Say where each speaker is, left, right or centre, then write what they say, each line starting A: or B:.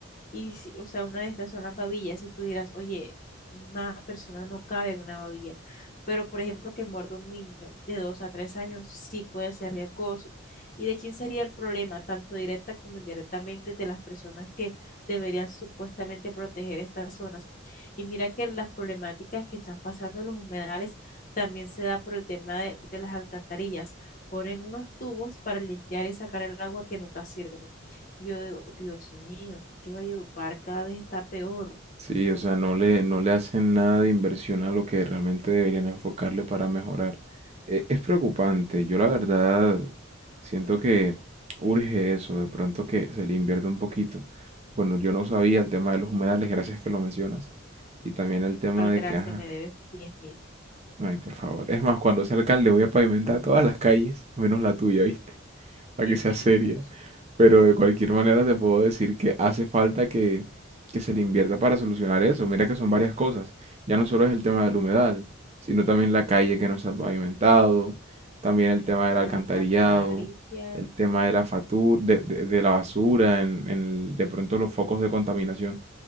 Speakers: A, on the left; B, on the right.
A: Y, si- o sea, una de estas son las babillas. Y tú dirás, oye, una persona no cabe en una babilla. Pero, por ejemplo, que muerda un niño de 2 a 3 años sí puede ser de acoso. ¿Y de quién sería el problema, tanto directa como indirectamente, de las personas que deberían supuestamente proteger estas zonas? Y mira que las problemáticas que están pasando en los humedales también se da por el tema de, de las alcantarillas. Ponen unos tubos para limpiar y sacar el agua que nunca sirve. Yo digo, Dios mío, que Valledupar cada vez está peor.
B: Sí, o sea, no le, no le hacen nada de inversión a lo que realmente deberían enfocarle para mejorar. E- Es, preocupante, yo la verdad siento que urge eso, de pronto que se le invierta un poquito. Bueno, yo no sabía el tema de los humedales, gracias que lo mencionas. Y también el tema de
A: Gracias,
B: que, ajá,
A: me debes diez mil
B: ay, por favor. Es más, cuando sea alcalde voy a pavimentar todas las calles, menos la tuya, ¿viste? para
A: envidios.
B: que sea seria. Pero de cualquier manera te puedo decir que hace falta que, que se le invierta para solucionar eso. Mira que son varias cosas. Ya no solo es el tema del humedal, sino también la calle que no se ha pavimentado, también el tema del alcantarillado,
A: Las alcantarillas,
B: el tema de la fatu- de, de- de la basura, en, en el- de pronto los focos de contaminación.